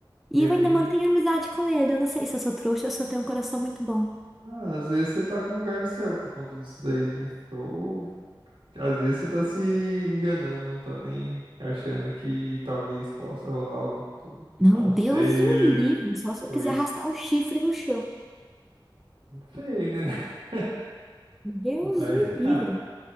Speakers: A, in the centre; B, on the right.
A: E
B: é
A: eu
B: bem.
A: ainda mantenho amizade com ele, eu não sei se eu sou trouxa ou se eu tenho um coração muito bom.
B: Ah, às vezes você tá com lugar no céu por conta disso daí, né? Ou às vezes você tá se enganando também, achando que talvez possa rolar algo no futuro.
A: Não,
B: Não
A: Deus
B: sei.
A: o livre, só se eu
B: Foi
A: quiser
B: isso.
A: arrastar o chifre no chão.
B: Feio, né? <laughs>
A: Deus
B: Mas,
A: o
B: <laughs>
A: livre.